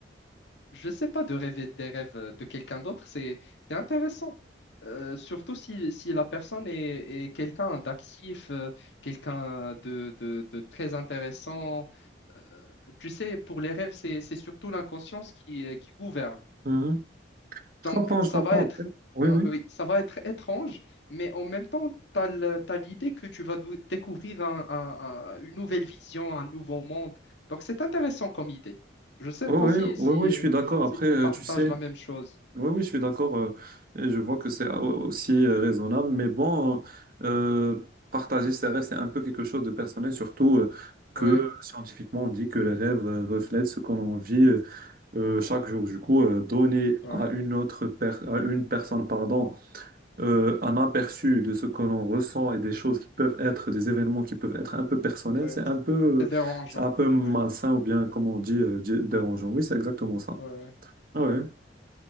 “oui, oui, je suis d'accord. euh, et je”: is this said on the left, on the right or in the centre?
Right